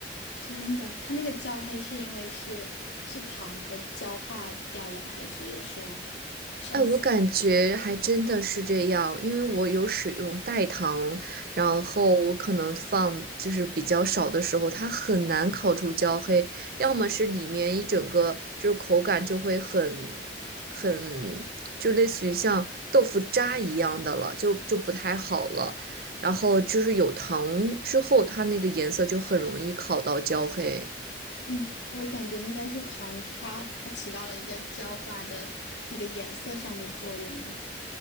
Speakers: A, on the left; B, on the right.
A: 真的。它那个焦黑是因为是是糖的焦化掉了，还是说上色？
B: 哎，我感觉还真的是这样，因为我有使用代糖，然后我可能放就是比较少的时候，它很难烤出焦黑，要么是里面一整个就是口感就会很很，就类似于像豆腐渣一样的了，就就不太好了。然后就是有糖之后，它那个颜色就很容易烤到焦黑。
A: 嗯，我感觉应该是糖，它它起到了一个焦化的那个颜色上的作用哦。